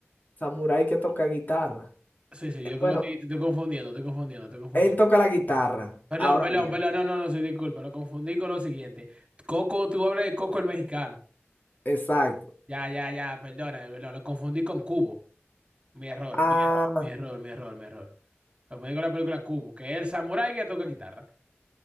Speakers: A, on the left; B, on the right.
A: samurái que toca guitarra.
B: Sí, sí, yo creo
A: Bueno.
B: que estoy, te estoy confundiendo, estoy confundiendo, estoy confundiendo.
A: Él toca la guitarra,
B: Perdón,
A: ahora
B: perdón,
A: bien.
B: perdón, no, no, no, soy disculpa, lo confundí con lo siguiente. Coco, tú hablas de Coco el mexicano.
A: Exacto.
B: Ya, ya, ya, perdona, no, lo confundí con Cubo. Mi error,
A: Ah,
B: mi error, mi error, mi error, mi error. Lo confundí con la película Cubo, que es el samurái que toca guitarra.